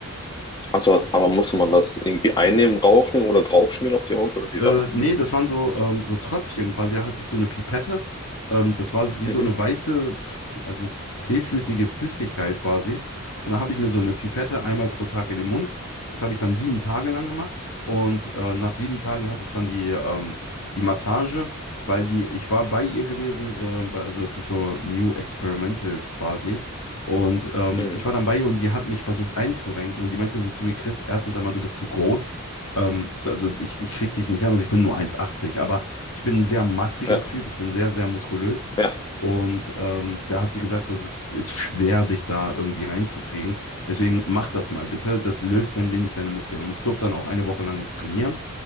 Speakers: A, on the left (about 20°); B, on the left (about 65°).
A: Also, aber musste man das irgendwie einnehmen, rauchen oder draufschmieren auf die Haut oder wie
B: Äh,
A: war das?
B: nee, das waren so, ähm, so Tröpfchen quasi. Da hatte ich so eine Pipette. Ähm, das war so- wie
A: Mhm.
B: so eine weiße, f- also zähflüssige Flüssigkeit quasi. Und da habe ich mir so eine Pipette einmal pro Tag in den Mund. Das habe ich dann sieben Tage lang gemacht. Und äh, nach sieben Tagen hatte ich dann die, ähm, die Massage, weil die, ich war bei ihr gewesen, äh, bei, also das ist so New Experimental quasi. Und ähm,
A: Mhm.
B: ich war dann bei ihr und die hat mich versucht einzurenken und die meinte so zu mir, Chris, erstens einmal, du bist zu groß. Ähm, also ich, ich krieg dich nicht an, also ich bin nur eins achtzig, aber ich bin ein sehr massiger
A: Ja,
B: Typ, ich bin sehr, sehr muskulös.
A: ja.
B: Und ähm, da hat sie gesagt, das ist, ist schwer, dich da irgendwie reinzukriegen. Deswegen mach das mal bitte. Das löst ein wenig deine Muskeln. Und ich durfte dann auch eine Woche lang nicht trainieren.